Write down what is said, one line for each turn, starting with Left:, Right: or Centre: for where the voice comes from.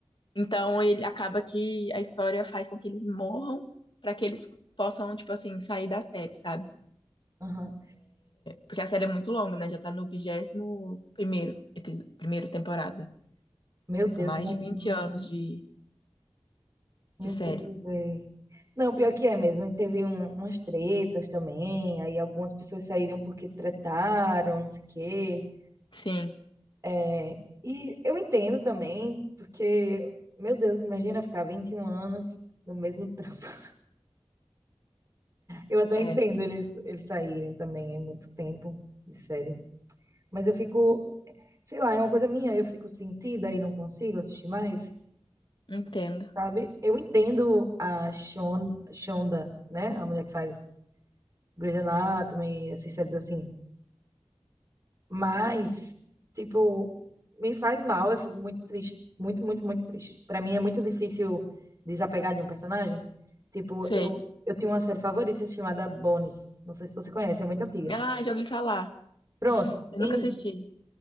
Left: Então ele acaba que a história faz com que eles morram para que eles possam, tipo assim, sair da série, sabe?
Right: aham.
Left: Porque a série é muito longa, né? Já tá no vigésimo primeiro episódio, primeiro temporada.
Right: Meu Deus,
Left: São mais
Right: imagina.
Left: de 20 anos de,
Right: Meu
Left: de série.
Right: Deus, é. Não, pior que é mesmo. e Teve um- umas tretas também, aí algumas pessoas saíram porque tretaram, não sei o quê.
Left: Sim,
Right: É, e eu entendo também, porque, meu Deus, imagina ficar 21 anos no mesmo trampo. <laughs> Eu até
Left: é.
Right: entendo eles, eles saírem também, é muito tempo de série. Mas eu fico, sei lá, é uma coisa minha, eu fico sentida e não consigo assistir mais,
Left: Entendo.
Right: sabe? Eu entendo a Shon, Shonda, né? A mulher que faz Grey's Anatomy, essas séries assim. Mas, tipo, me faz mal, eu fico muito triste. Muito, muito, muito triste. Pra mim é muito difícil desapegar de um personagem. Tipo,
Left: Sei.
Right: eu, eu tinha uma série favorita chamada Bones. Não sei se você conhece, é muito antiga.
Left: Ah, já ouvi falar.
Right: Pronto.
Left: Eu
Right: Em,
Left: nunca assisti.